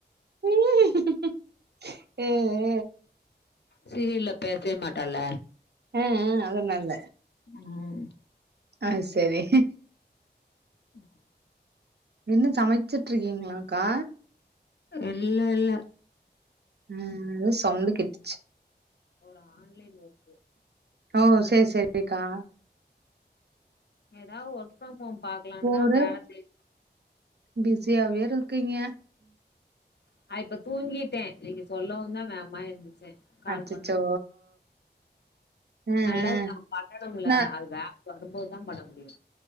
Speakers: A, on the right; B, on the left.
A: ம்
B: சீரியல்ல பேசவே மாட்டல்ல
A: ம் ம் அதனால
B: ம்
A: ஆ சேரி
B: ம்
A: இன்னு சமைச்சிட்ருக்கீங்ளாக்கா
B: இல்ல இல்ல
A: ம் எதோ சவுண்டு கேட்டுச்சு
B: ஒரு ஆன்லைன் ஒர்க்
A: ஓ சேரி சேரிக்கா
B: எதாவ் ஒர்க் ஃப்ரம் ஹோம் பாக்கலான்ட்டுதா
A: ஒரே
B: வேல தேடி
A: பிஸியாவே இருக்கீங்க
B: நா இப்ப தூங்கிட்டே நீங்க சொல்லவுந்தா வேமா எந்திரிச்சே கால்
A: அச்சச்சோ!
B: பண்ணனுந்தா
A: அ, அ.
B: நல்லது தா பண்ணணும்ல
A: நா
B: அது வே வரும்போது தா பண்ண முடியு